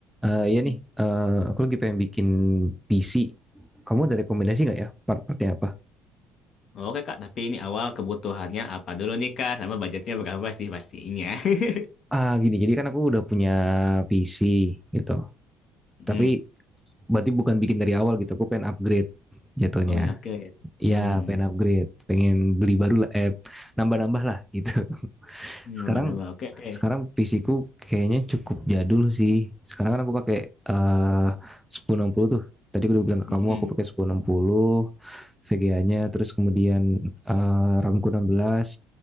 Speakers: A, in the centre; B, on the left (about 50°).
A: Eh iya nih, eh, aku lagi pengen bikin PC. Kamu ada rekomendasi nggak ya part-partnya apa?
B: Oke Kak, tapi ini awal kebutuhannya apa dulu nih Kak, sama budgetnya berapa sih pastinya. <laughs>
A: Ah gini, jadi kan aku udah punya PC gitu.
B: Hmm,
A: Tapi berarti bukan bikin dari awal gitu. Aku pengen upgrade jatuhnya.
B: oh mie upgrade. Hmm,
A: Ya pengen upgrade, pengen beli baru lah, eh nambah-nambah lah gitu.
B: Hmm,
A: Sekarang
B: nambah-nambah. Oke oke.
A: sekarang PC-ku kayaknya cukup jadul sih. Sekarang kan aku pakai eh 1060 tuh. Tadi aku udah bilang ke
B: Hmm,
A: kamu aku pakai 1060 VGA-nya terus kemudian eh RAM-ku 16